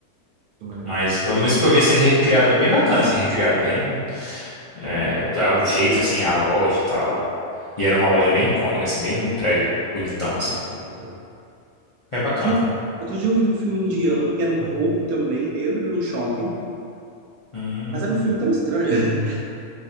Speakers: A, on the right; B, on the left.
A: que vai lembrar.
B: Mas pelo menos o que eu vi, assim, recriaram, é bem bacana, assim, recriaram bem é, o jeito, assim, a loja e tal. E era uma loja bem icônica, assim, bem num prédio bonitão, assim.
A: Então,
B: É bacana.
A: De- Outro dia eu vi um filme indiano que era um roubo também dentro de um shopping.
B: Hum.
A: Mas era um filme tão estranho. <laughs>